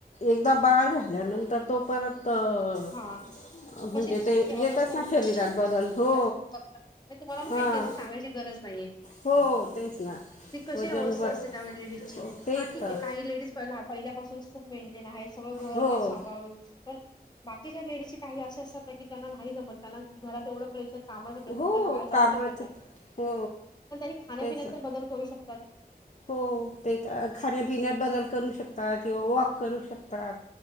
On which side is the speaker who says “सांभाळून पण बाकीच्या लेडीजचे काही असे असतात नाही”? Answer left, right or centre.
Left